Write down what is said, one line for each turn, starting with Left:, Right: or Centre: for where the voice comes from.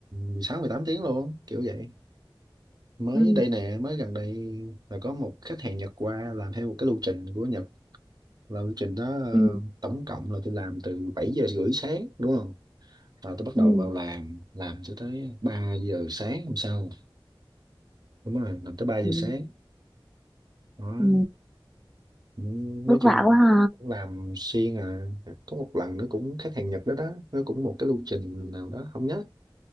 Right: mười sáu mười tám tiếng luôn kiểu vậy mới
Centre: Ừ.
Right: đây nè mới gần đây là có một khách hàng Nhật qua làm theo một cái lưu trình của Nhật là lưu trình đó ờ,
Centre: Ừ.
Right: tổng cộng là tôi làm từ 7 giờ rưỡi sáng đúng không là tôi bắt
Centre: Ừ.
Right: đầu vào làm làm cho tới 3 giờ sáng hôm sau đúng rồi làm tới 3 giờ
Centre: Ừ.
Right: sáng đó
Centre: Ừ.
Right: cũng-
Centre: vất
Right: nói chung
Centre: vả quá ha
Right: cũng làm xuyên à có một lần nữa cũng khách hàng Nhật đó đó nó cũng một cái lưu trình nào đó không nhớ